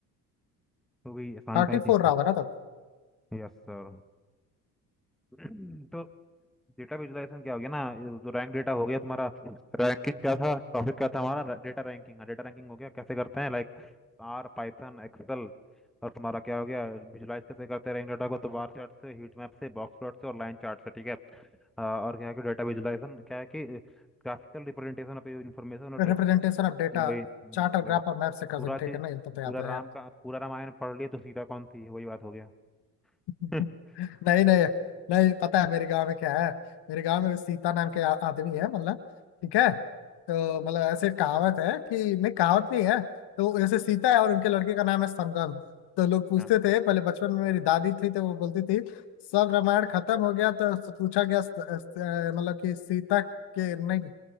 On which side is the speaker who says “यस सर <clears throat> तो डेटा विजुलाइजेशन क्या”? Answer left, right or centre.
Centre